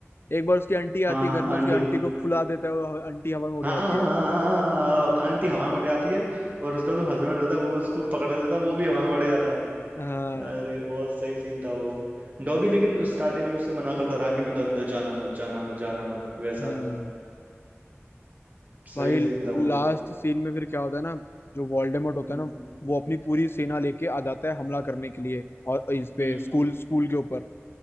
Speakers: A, on the left (about 55°); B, on the right (about 35°).
A: एक बार उसकी आंटी
B: हाँ
A: आती है घर पे उसकी
B: आंटी
A: आंटी को फुला देता है और आंटी हवा में उड़
B: हाँ
A: जाती
B: हाँ, हाँ,
A: है
B: हाँ, हाँ, हाँ, हाँ, हाँ, हाँ, आंटी हवा में उड़ जाती है और उसका जो हस्बैंड होता है वो उसको पकड़ लेता है वो भी हवा में उड़ जाता है
A: हाँ
B: अरे बहुत सही सीन था वो डॉबी लेकिन स्टार्टिंग में उससे मना करता रहा कि मतलब अंदर जाना मत जाना मत जाना मत वैसा
A: हम्म
B: सही
A: भाई
B: सीन
A: लास्ट
B: था वो बहुत
A: सीन में फिर क्या होता है ना जो वोल्डेमॉर्ट होता
B: हम्म
A: है ना वो अपनी पूरी सेना लेके आ जाता है हमला करने के लिए और इस पे
B: हम्म
A: स्कूल स्कूल के ऊपर